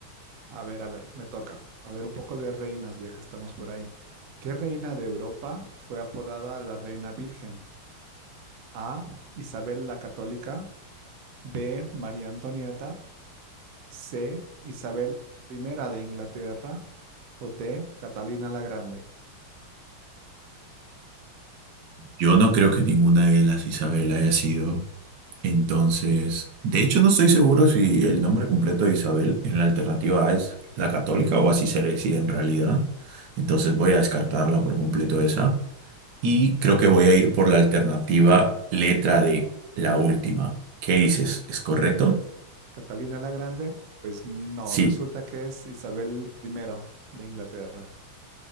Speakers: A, on the right; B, on the right.
A: A ver, a ver, me toca. A ver, un poco de reinas ya que estamos por ahí. ¿Qué reina de Europa fue apodada la Reina Virgen? A. Isabel la Católica. B. María Antonieta. C, Isabel I de Inglaterra o D, Catalina la Grande.
B: Yo no creo que ninguna de las Isabel haya sido. Entonces, de hecho, no estoy seguro si el nombre completo de Isabel en la alternativa A es la católica o así se le decía en realidad. Entonces voy a descartarla por completo esa. Y creo que voy a ir por la alternativa letra D, la última. ¿Qué dices?
A: La-
B: ¿Es correcto?
A: Catalina la Grande, pues no,
B: Sí,
A: resulta que es Isabel I de Inglaterra.